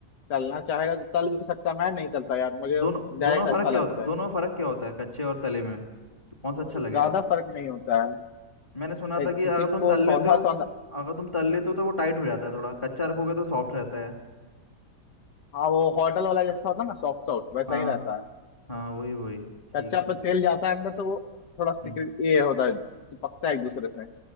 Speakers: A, on the left (about 80°); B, on the left (about 20°).
A: तलना चाहेगा तो तल भी सकता है, मैं नहीं तलता यार मुझे
B: दोनों
A: डायरेक्ट
B: दोनों में
A: अच्छा
B: फर्क क्या
A: लगता
B: होता है दोनों
A: है
B: में फर्क क्या होता है कच्चे और तले में तो कौन सा अच्छा
A: कोई
B: लगेगा
A: ज्यादा फर्क नहीं होता है
B: मैंने सुना
A: लाइक
B: था कि
A: किसी
B: अगर
A: को
B: तुम तल
A: सौंधा
B: लेते हो
A: सौंधा
B: अगर तुम तल लेते हो तो वो टाइट हो जाता है थोड़ा कच्चा रखोगे तो सॉफ्ट रहता है
A: हाँ वो होटल वाला जैसा होता है ना सॉफ्ट सॉफ्ट वैसा
B: हाँ
A: ही
B: हाँ
A: रहता है
B: हाँ वही वही ठीक
A: कच्चा
B: है फिर
A: पर तेल जाता है अंदर तो वो थोड़ा सिक्रेट
B: हम्म
A: ये होता है चिपकता है एक दूसरे से